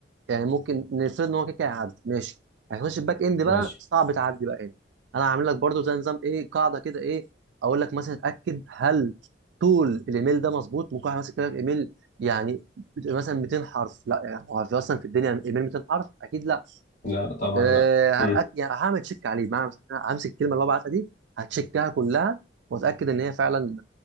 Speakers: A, on the right (about 65°); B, on the left (about 40°).
A: يعني ممكن نفرض ان هو كده كده هيعدي ماشي هيخش الباك اند بقى
B: ماشي
A: صعب تعدي بقى هنا انا عامل لك برضو زي نظام ايه قاعده كده ايه اقول لك مثلا اتاكد هل طول الايميل ده مظبوط ممكن واحد ماسك لك ايميل يعني مثلا 200 حرف لا يعني هو في اصلا في الدنيا ايميل 200 حرف اكيد لا
B: لا طبعا
A: أه
B: لا مم.
A: هأك- يعني هعمل تشيك عليه معنى همسك الكلمه اللي هو بعتها دي هتشيكها كلها واتاكد ان هي فعلا